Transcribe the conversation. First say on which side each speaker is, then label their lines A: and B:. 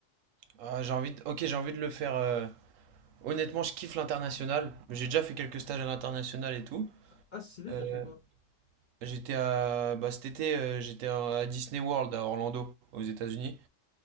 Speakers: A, on the right; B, on the left.
A: Ah, j'ai envie de... Ok, j'ai envie de le faire. euh, Honnêtement, je kiffe l'international. J'ai déjà fait quelques stages à l'international et tout.
B: Ah, Stylé,
A: Euh,
B: t'as fait quoi?
A: J'étais à bah cet été, euh, j'étais à Disney World à Orlando aux États-Unis.